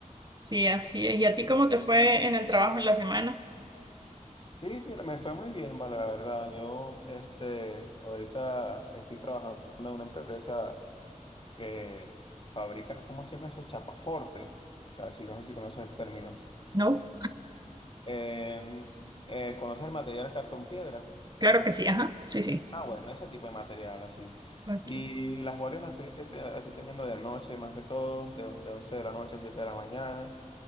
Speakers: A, on the right (about 30°); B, on the left (about 40°).
A: sí, así es. ¿Y a ti cómo te fue en el trabajo en la semana?
B: Sí, fíjate, me fue muy bien, vale, la verdad. Yo, este, ahorita estoy trabajando en una empresa que fabrica, ¿cómo se llama eso? Chapaforte. O sea, si, no sé si conoces el término.
A: No,
B: Em, eh, ¿conoces el material cartón piedra?
A: claro que sí, ajá, sí, sí.
B: Ah, bueno, ese tipo de material, así.
A: Ok.
B: Y las guardias las estoy, te- estoy teniendo de noche, más que todo, de, on- de 11 de la noche a 7 de la mañana,